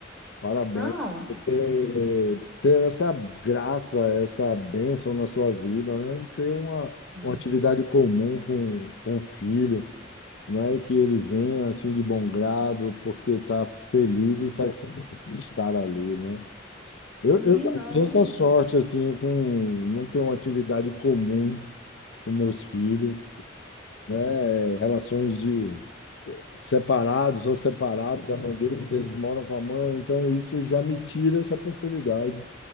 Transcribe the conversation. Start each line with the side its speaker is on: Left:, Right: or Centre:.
Left: Parabéns.
Centre: Não.
Left: É, é, ter essa graça, essa bênção na sua vida, né? Ter uma,
Centre: Hum.
Left: uma atividade comum com, com o filho. né? Que ele venha assim de bom grado, porque está feliz e satisfeito de estar ali, né? Eu,
Centre: Sim,
Left: eu já
Centre: não.
Left: tenho essa sorte assim com não ter uma atividade comum com meus filhos, né? Relações de separados, sou separado da mãe deles, eles moram com a mãe, então isso já me tira essa oportunidade.